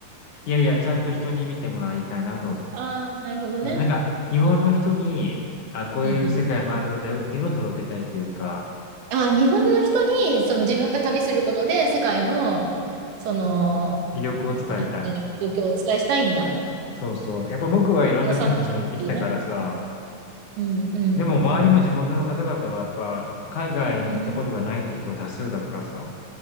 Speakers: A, on the left; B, on the right.
A: いやいや、ちゃんと人に見てもらいたいなと思
B: ああー、なるほどね。
A: う。うん、なんか、日本の人に、あ、こういう世界もあるんだよっていうのを届けたいというか、
B: うんあ、日本の人に、その自分が旅することで、世界の、その、
A: 魅力を伝えたい。
B: い、いろんな状況をお伝えしたいんだ。
A: そうそう。やっぱ僕はいろんな国にも行ってきたからさ、
B: あのさんの気持ちでね。うん、うん、
A: でも周りの地元の方々はやっぱ海外に行ったことがないっていう人が多数だからさ。
B: うん。